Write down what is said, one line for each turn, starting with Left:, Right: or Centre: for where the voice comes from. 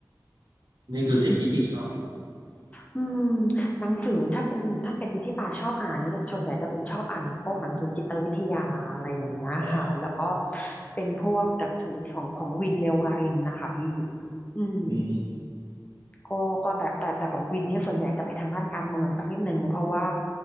Right: นี่คือสิ่งที่พี่ชอบ
Left: อืมหนังสือถ้าเป็นถ้าเป็นที่ป่าชอบอ่านเนี่ยจะส่วนใหญ่จะเป็นชอบอ่านหนังพวกหนังสือจิตวิทยาอะไรอย่างเงี้ยค่ะแล้วก็
Right: อ๋อ
Left: เป็นพวกหนังสือของของวินเลววารินนะคะพี่อืม
Right: อืม
Left: ก็ก็แต่แต่แต่ของวินนี่ส่วนใหญ่จะไปทางด้านการเมืองสักนิดหนึงเพราะว่า